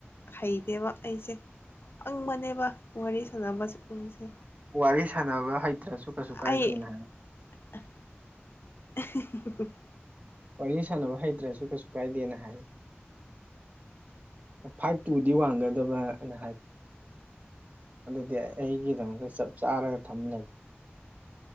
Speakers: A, on the left; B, on the right.
A: ꯍꯩꯇꯦꯕ ꯑꯩꯁꯦ ꯄꯪꯕꯅꯦꯕ ꯋꯥꯔꯤ ꯁꯥꯟꯅꯕ ꯁꯨꯝꯕꯁꯦ
B: ꯋꯥꯔꯤ ꯁꯥꯟꯅꯕ ꯍꯩꯇ꯭ꯔꯁꯨ ꯀꯩꯁꯨ ꯀꯥꯏꯗꯦꯅ
A: ꯑꯩ
B: ꯍꯥꯏ
A: <inaudible>
B: ꯋꯥꯔꯤ ꯁꯥꯟꯅꯕ ꯍꯩꯇ꯭ꯔꯁꯨ ꯀꯩꯁꯨ ꯀꯥꯏꯗꯦꯅ ꯍꯥꯏꯌꯦ ꯐꯥꯏꯚ ꯇꯨꯗꯤ ꯋꯥꯡꯒꯗꯕ꯭ꯔꯅ ꯍꯥꯏ ꯑꯗꯨꯗꯤ ꯑꯩ ꯑꯩꯒꯤꯗꯃꯛꯇ ꯆꯞ ꯆꯥꯔꯒ ꯊꯝꯂ